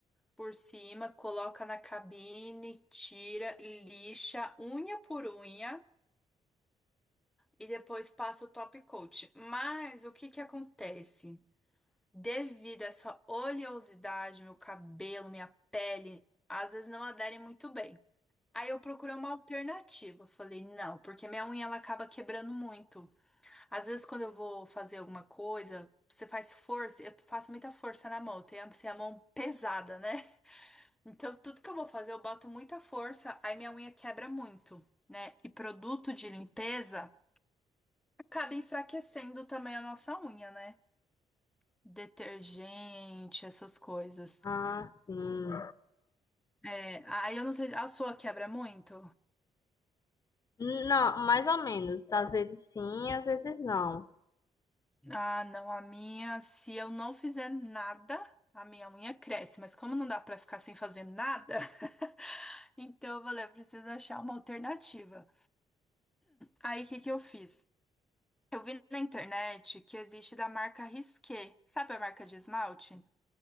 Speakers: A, in the centre; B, on the left.
A: Por cima, coloca na cabine, tira, lixa, unha por unha. e depois passa o top coat. Mas o que que acontece? Devido a essa oleosidade, meu cabelo, minha pele, às vezes não aderem muito bem. Aí eu procurei uma alternativa. Falei, não, porque minha unha ela acaba quebrando muito. Às vezes quando eu vou fazer alguma coisa, você faz força, eu faço muita força na mão, eu tenho assim, a mão pesada, né? <laughs> Então tudo que eu vou fazer, eu boto muita força, aí minha unha quebra muito, né? E produto de limpeza acaba enfraquecendo também a nossa unha, né? Detergente, essas coisas.
B: Ah, sim.
A: É, aí eu não sei, a sua quebra muito?
B: Não, mais ou menos. Às vezes sim, às vezes não.
A: Ah, não, a minha, se eu não fizer nada, a minha unha cresce, mas como não dá pra ficar sem fazer nada, <laughs> então eu falei, eu preciso achar uma alternativa. Aí o que que eu fiz? Eu vi na internet que existe da marca Risqué, sabe a marca de esmalte?